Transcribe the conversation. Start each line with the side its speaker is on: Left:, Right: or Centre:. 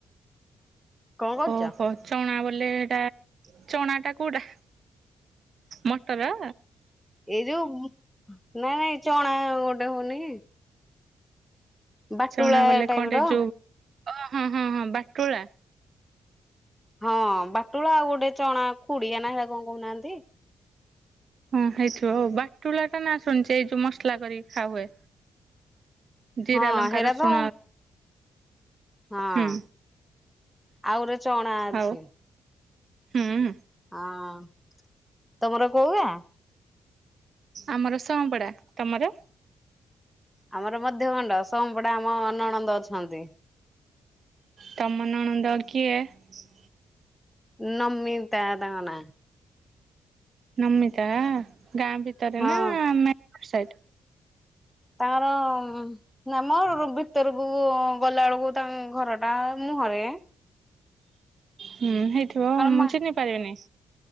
Centre: କଣ କରୁଛ?
Right: ଓହୋ, ଚଣା ଲେ ଏଟା ଚଣା ଟା କୋଉଟା ମଟର
Centre: ଏଇ ଯୋଉ ନାଇଁ ନାଇଁ ଚଣା ଗୋଟେ ହଉନି ବାଟୁଳା
Right: ଚଣା ବଲେ
Centre: ଟାଇପ
Right: କଣ
Centre: ର
Right: ଟେ ଯୋଉ ଅ ହଁ ହଁ ହଁ ବାଟୁଳା
Centre: ହଁ ବାଟୁଳା ଆଉ ଗୋଟେ ଚଣା ଖୁଡିଆ ନା ହୋ କଣ କହୁନାହାନ୍ତି
Right: ହଁ ହେଇଥିବ ଆଉ ବାଟୁଳା ଟା ନା ଶୁଣିଛେ ଏଇ ଯୋଉ ମସଲା କରିକି ଖା ହୁଏ ଜିରା
Centre: ହଁ
Right: ଲଙ୍କା
Centre: ହେରା
Right: ରସୁଣ
Centre: ତ ହଁ
Right: ହୁଁ
Centre: ଆଉ ଗୁରେ ଚଣା ଅଛି,
Right: ଆଉ ହୁଁ
Centre: ହଁ ତମର କୋଉ ଗାଁ?
Right: ଆମର ସାଂପଡା, ତମର?
Centre: ଆମର ମଧ୍ୟ ଗଣ୍ଡ ସୋମ ପଡ଼ା ଆମ ନନନ୍ଦ ଅଛନ୍ତି ।
Right: ତମ ନଣନ୍ଦ କିଏ ।
Centre: ନମିତା ତାଙ୍କ ନାଁ ।
Right: ନମିତା ଗାଁ ଭିତରେ
Centre: ହଁ
Right: ନା ମାର୍କେଟ ସାଇଟ ।
Centre: ତାଙ୍କର ନା ମର ଭିତରକୁ ଗଲା ବେଳକୁ ତାଙ୍କ ଘର ଟା ମୁ । ହରେ ।
Right: ହୁଁ ହେଇଥିବ ମୁଁ
Centre: ମା
Right: ଚିହ୍ନି ପାରିବିନି ।